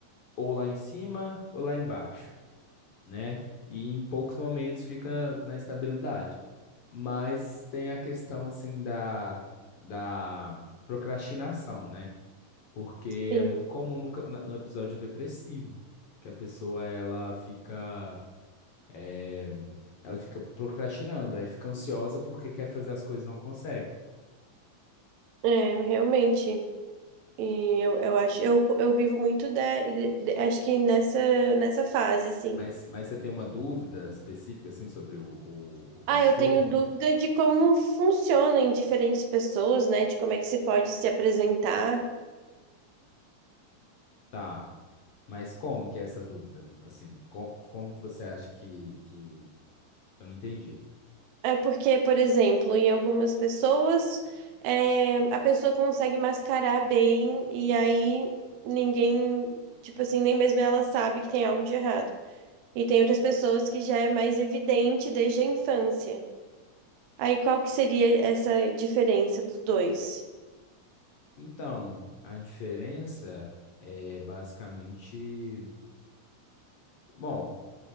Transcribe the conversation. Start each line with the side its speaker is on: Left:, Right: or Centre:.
Left: ou lá em cima ou lá embaixo, né? E em poucos momentos fica na estabilidade. Mas tem a questão assim da da procrastinação, né? porque
Right: Sim.
Left: é muito comum no, ca- na- no episódio depressivo, que a pessoa ela fica eh, ela fica procrastinando, aí fica ansiosa porque quer fazer as coisas e não consegue.
Right: É, realmente. E eu, eu acho, eu, eu vivo muito de, de- de- acho que nessa, nessa fase, assim.
Left: Mas, mas você tem uma dúvida específica, assim, sobre o, o, o transtorno?
Right: Ah, eu tenho dúvida de como funciona em diferentes pessoas, né? De como é que se pode se apresentar.
Left: Tá, mas como que é essa dúvida? Assim, co- como que você acha que, que... Eu não entendi.
Right: É porque, por exemplo, em algumas pessoas, é, a pessoa consegue mascarar bem e aí ninguém, tipo assim, nem mesmo ela sabe que tem algo de errado. E tem outras pessoas que já é mais evidente desde a infância. Aí qual que seria essa diferença dos dois?
Left: Então, a diferença é basicamente Bom,